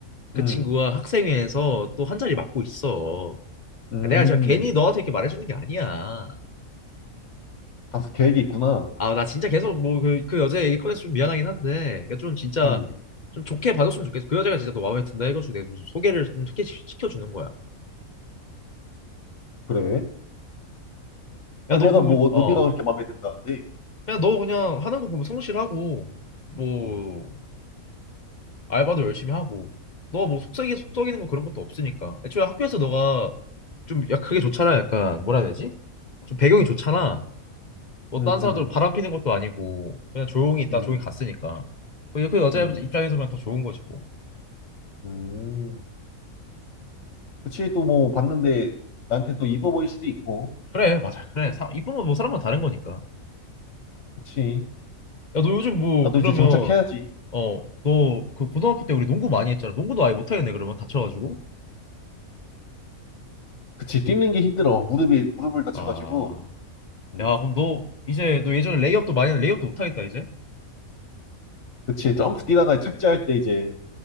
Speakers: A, on the left; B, on the left.
A: 그
B: 음,
A: 친구가 학생회에서 또 한 자리 맡고 있어.
B: 음,
A: 아, 내가 진짜 괜히 너한테 이렇게 말해주는 게 아니야.
B: 다수 계획이 있구나.
A: 아, 나 진짜 계속 뭐 그, 그 여자 얘기 꺼내서 좀 미안하긴 한데, 그러니까 좀 진짜
B: 음,
A: 좀 좋게 받았으면 좋겠어. 그 여자가 진짜 너 마음에 든다 해가지고 내가 좀 소개를 좀 시켜- 시켜주는 거야.
B: 그래? 아니,
A: 야, 너
B: 내가
A: 그거,
B: 뭐,
A: 뭐-
B: 어-
A: 어,
B: 어디가 그렇게 마음에 든다는데?
A: 그냥 너 그냥 하는 거 보면 성실하고, 뭐,
B: 음,
A: 알바도 열심히 하고 너 뭐 속썩이 속삭이는
B: 음,
A: 거 그런 것도 없으니까 애초에 학교에서 너가 좀 야 그게 좋잖아 약간 뭐라 해야 되지 좀 배경이 좋잖아 뭐
B: 음,
A: 딴 사람들
B: 음,
A: 바람 피는 것도 아니고 그냥 조용히 있다
B: 음,
A: 조용히 갔으니까 그게 그 여자
B: 음.
A: 입장에서 그냥 더 좋은 거지 뭐
B: 음. 그치, 또 뭐, 봤는데, 나한테 또 이뻐 보일 수도 있고,
A: 그래 맞아 그래 사, 이쁜 건 뭐 사람마다 다른 거니까
B: 그치.
A: 야 너 요즘 뭐
B: 나도
A: 그러면
B: 이제 정착해야지.
A: 어 너 그 고등학교 때 우리 농구 많이 했잖아 농구도 아예 못하겠네 그러면 다쳐가지고
B: 그치, 뛰는 게 힘들어. 무릎이, 무릎을 다쳐가지고.
A: 아
B: 음.
A: 야 그럼 너 이제 너 예전에 레이업도 많이 했는데 레이업도 못하겠다 이제
B: 그치 점프 뛰다가 착지할 때 이제